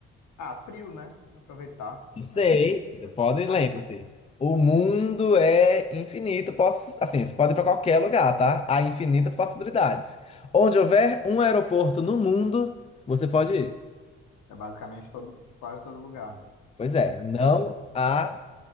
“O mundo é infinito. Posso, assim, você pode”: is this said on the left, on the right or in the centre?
Left